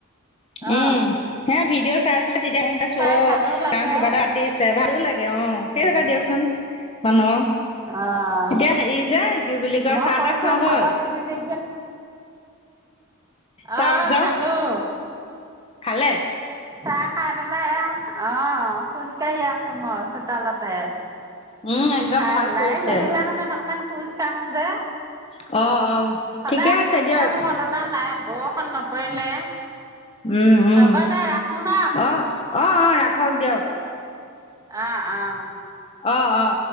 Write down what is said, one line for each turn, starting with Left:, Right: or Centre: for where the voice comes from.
Right: অ
Left: উম, হে ভিডিঅ- চাই আ- আছিলে। তেতিয়া গম পাইছো,
Right: চাই
Left: অ,
Right: ভালো লাগে
Left: কাৰণ কিবা এটা ৰাতি চাই, ভালো লাগে। কে অ' সেই
Right: উম
Left: এটা দিয়কচোন মানুহৰ,
Right: অ
Left: এতিয়া হেৰি যে, কি বুলি কয়
Right: মই
Left: চাহ-তাহ
Right: কৈছো
Left: খোৱা
Right: খাব
Left: হল?
Right: নিদিলি অ
Left: তাৰপিছত
Right: অ, খালো।
Left: খালে
Right: চাহ খাই পেলাই এয়া, অ' খোজ কাঢ়ি আছো মই চোতালতে।
Left: উম একদম
Right: খাই
Left: ভাল
Right: পেলায়,
Left: কৰিছে
Right: গধূলা সময়ত অকমান খোজ কাঢ়ো যে।
Left: অ', অ',
Right: সদায়
Left: ঠিকে আছে
Right: খোজ
Left: দিয়ক
Right: কাঢ়ো অলপমান নাই বৰষুণ নপৰিলে
Left: উম-উম
Right: হ'ব দে ৰাখো ন
Left: অ', অ', অ', ৰাখক দিয়ক। <inaudible>
Right: অ', অ',
Left: অ', অ',